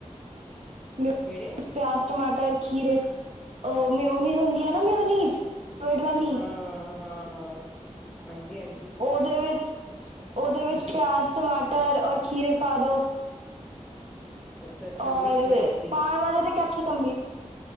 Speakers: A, on the right (about 60°); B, in the centre.
A: ਮਿਊ
B: ਕਿਹੜੇ
A: ਪਿਆਜ਼ ਟਮਾਟਰ ਖੀਰੇ ਓਹ ਮਿਓਨੀਜ਼ ਹੁੰਦੀ ਆ ਨਾ ਮਿਓਨੀਜ਼ ਕਵਰਡ ਵਾਲੀ
B: ਹਾਂ, ਹਾਂ, ਹਾਂ, ਹਾਂ ਹਾਂਜੀ, ਹਾਂਜੀ।
A: ਉਹਦੇ ਵਿੱਚ ਉਹਦੇ ਵਿੱਚ ਪਿਆਜ਼, ਟਮਾਟਰ, ਔਰ ਖੀਰੇ ਪਾਦੋ।
B: ਅੱਛਾ, ਅੱਛਾ
A: ਔਰ
B: ਮਿਕਸ ਵੈਜ ਦੀ
A: ਪਾਣ ਵਾਲੇ ਤੇ ਕੈਪਸਿਕਮ ਵੀ